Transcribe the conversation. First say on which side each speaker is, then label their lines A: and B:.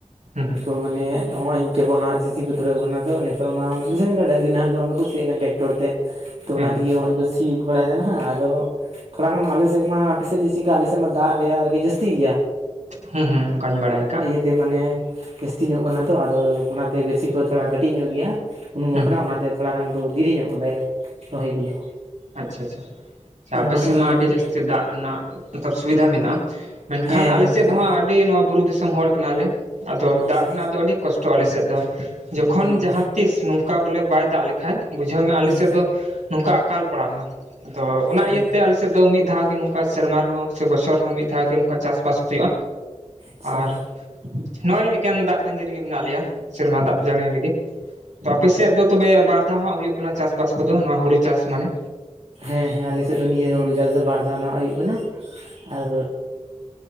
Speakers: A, on the right (about 90°); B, on the right (about 60°).
A: ᱦᱩᱸ ᱦᱩᱸ
B: ᱛᱚ ᱢᱟᱱᱮ ᱱᱚᱜᱼᱚᱭ ᱮᱵᱚᱞ ᱦᱟᱸᱜ ᱥᱤ ᱠᱚ ᱫᱷᱩᱨᱟᱹᱣ ᱠᱟᱱᱟ ᱛᱚ ᱱᱤᱛᱚᱜ ᱢᱟ ᱵᱟᱹᱝᱨᱤ ᱱᱟᱦᱮᱞ ᱫᱚ ᱵᱟᱝ ᱠᱚ ᱥᱤᱭᱟᱹᱜ ᱠᱟᱱᱟ ᱴᱮᱠᱴᱚᱨ ᱛᱮ ᱛᱚ
A: ᱦᱮᱸ
B: ᱚᱱᱟ
A: ᱦᱮᱸ
B: ᱛᱮᱜᱮ ᱱᱚᱜᱼᱚᱭ ᱠᱚ ᱥᱤᱻ ᱵᱟᱲᱟᱭᱮᱫᱟ ᱦᱟᱸᱜ ᱟᱫᱚ ᱛᱷᱳᱲᱟ ᱜᱟᱱ ᱟᱞᱮ ᱥᱮᱫ ᱢᱟ ᱟᱯᱮᱥᱮᱫ ᱡᱮᱭᱥᱮ ᱠᱤ ᱟᱞᱮᱥᱮᱫ ᱢᱟ ᱫᱟᱜ ᱨᱮᱭᱟᱜ ᱟᱨᱤ ᱡᱟᱹᱥᱛᱤ ᱜᱮᱭᱟ
A: ᱦᱩᱸ ᱦᱩᱸ ᱚᱱᱠᱟᱧ ᱵᱟᱲᱟᱭ ᱠᱟᱜ
B: ᱛᱮ ᱢᱟᱱᱮ ᱡᱟᱹᱥᱛᱤ ᱧᱚᱜ ᱠᱟᱱᱟ ᱛᱚ ᱟᱫᱚ ᱚᱱᱟᱛᱮ ᱜᱟᱹᱪᱷᱤ ᱠᱚ ᱛᱷᱚᱲᱟ ᱠᱟᱴᱤᱡ ᱧᱚᱜ ᱜᱮᱭᱟ ᱩᱱᱩᱢᱚᱜ
A: ᱦᱩᱸ
B: ᱠᱟᱱᱟ ᱚᱱᱟᱛᱮ ᱛᱷᱚᱲᱟ ᱜᱟᱱ ᱠᱚ ᱫᱮᱨᱤ ᱧᱚᱜ ᱠᱟᱫᱟᱭ ᱨᱚᱦᱚᱭ ᱠᱚᱫᱚ
A: ᱟᱪᱪᱷᱟ ᱟᱪᱪᱷᱟ ᱪᱷᱟ
B: ᱟᱨ
A: ᱟᱯᱮ
B: ᱵᱟᱠᱷᱟᱱ
A: ᱥᱮᱫ
B: ᱱᱤᱭᱟᱹ
A: ᱢᱟ ᱟᱹᱰᱤ
B: ᱠᱚ
A: ᱡᱟᱹᱥᱛᱤ ᱫᱟᱜ ᱨᱮᱱᱟᱜ ᱚᱛᱚᱵ ᱥᱩᱵᱤᱫᱷᱟ ᱢᱮᱱᱟᱜᱼᱟ ᱢᱮᱱᱠᱷᱟᱱ
B: ᱦᱮᱸ
A: ᱟᱞᱮᱥᱮᱫ
B: ᱦᱮᱸ ᱫᱟᱜ
A: ᱫᱚ ᱦᱟᱜ ᱟᱰᱤ ᱱᱚᱣᱟ ᱵᱩᱨᱩ ᱫᱤᱥᱚᱢ ᱦᱚᱲ ᱠᱟᱱᱟᱞᱮ ᱟᱫᱚ
B: ᱟᱪᱪᱷᱟ
A: ᱫᱟᱜ
B: ᱟᱪᱪᱷᱟ
A: ᱨᱮᱱᱟᱜ ᱫᱚ ᱟᱹᱰᱤ ᱠᱚᱥᱴᱚᱜ ᱟᱞᱮ ᱥᱮᱫ ᱫᱚ ᱡᱚᱠᱷᱚᱱ
B: ᱦᱮᱸ
A: ᱡᱟᱦᱟᱸ ᱛᱤᱥ ᱱᱚᱝ ᱚᱱᱠᱟ ᱵᱚᱞᱮ ᱵᱟᱭ ᱫᱟᱜ ᱞᱮᱠᱷᱟᱡ ᱵᱩᱡᱷᱟᱹᱣ ᱢᱮ ᱟᱞᱮᱥᱮᱫ
B: ᱦᱮᱸ
A: ᱫᱚ ᱱᱚᱝᱠᱟ ᱟᱠᱟᱞ ᱯᱟᱲᱟᱣᱱᱟ ᱟᱫᱚ ᱚᱱᱟ
B: ᱚ
A: ᱤᱭᱟᱹᱛᱮ ᱟᱞᱮᱥᱮᱫ ᱫᱚ ᱢᱤᱫ ᱫᱷᱟᱣ ᱜᱮ ᱱᱚᱝᱠᱟ ᱥᱮᱨᱢᱟ ᱨᱮᱦᱚᱸ ᱥᱮ ᱵᱚᱪᱷᱚᱨ ᱨᱮᱦᱚᱸ ᱢᱤᱫ ᱫᱷᱟᱣᱜ ᱜᱮ ᱱᱚᱝᱠᱟ ᱪᱟᱥᱵᱟᱥ ᱛᱩᱭᱩᱜ-ᱟ
B: ᱟᱪᱪᱷᱟ
A: ᱟᱨ ᱱᱚᱜᱼᱚᱭ ᱮᱠᱮᱱ ᱫᱟᱜ ᱛᱟᱸᱜᱤ ᱨᱮᱜᱮ ᱢᱮᱱᱟᱜ ᱞᱮᱭᱟ ᱥᱮᱨᱢᱟ ᱫᱟᱜ ᱡᱟᱹᱲᱤ ᱨᱮᱜᱮ ᱛᱚ ᱟᱯᱮ ᱥᱮᱫ ᱫᱚ ᱛᱚᱵᱮ ᱵᱟᱨ ᱫᱷᱟᱣ ᱦᱟᱸᱜ ᱦᱩᱭᱩᱜ ᱠᱟᱱᱟ ᱪᱟᱥᱼᱵᱟᱥ ᱠᱚᱫᱚ ᱱᱚᱣᱟ ᱦᱩᱲᱩ ᱪᱟᱥ ᱢᱟᱱᱮ
B: ᱦᱮᱸ ᱦᱮᱸ ᱟᱞᱮᱥᱮᱫ ᱫᱚ ᱱᱤᱭᱟᱹ ᱦᱩᱲᱩ ᱪᱟᱥ ᱫᱚ ᱵᱟᱨ ᱫᱷᱟᱣ ᱱᱟᱜ ᱦᱩᱭᱩᱜ ᱠᱟᱱᱟ ᱟᱨ